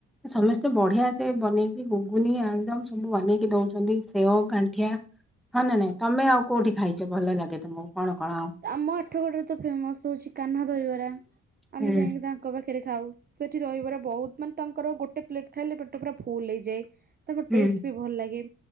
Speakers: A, in the centre; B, on the right.
A: ସମସ୍ତେ ବଢିଆ ସେ ବନେଇକି ଘୁଗୁନି ଆଳୁଦମ୍ ସବୁ ବନେଇକି ଦଉଛନ୍ତି ସେଓ ଗାଣ୍ଠିଆ ହଁ ନା ନାଇଁ ତମେ ଆଉ କୋଉଠି ଖାଇଚ ଭଲ ଲାଗେ ତମକୁ କଣ କଣ?
B: ଆମ ଆଠଗଡରେ ତ ଫେମସ ହଉଛି କାହ୍ନା ଦହିବରା ଆମେ
A: ହୁଁ
B: ଯାଇଁକି ତା ଙ୍କ ପାଖରେ ଖାଉ ସେଠି ଦହିବରା ବହୁତ୍ ମାନେ ତାଙ୍କର ଗୋଟେ ପ୍ଲେଟ ଖାଇଲେ ପେଟ ପୁରା ଫୁଲ୍ ହେଇଯାଏ। ତାଙ୍କ
A: ହୁଁ
B: ଟେଷ୍ଟ ବି ଭଲ୍ ଲାଗେ।